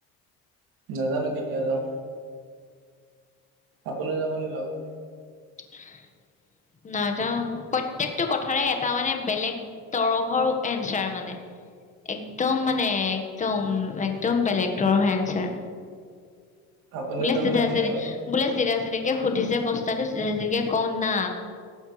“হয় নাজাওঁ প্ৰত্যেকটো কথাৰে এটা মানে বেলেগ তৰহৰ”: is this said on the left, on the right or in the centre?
Left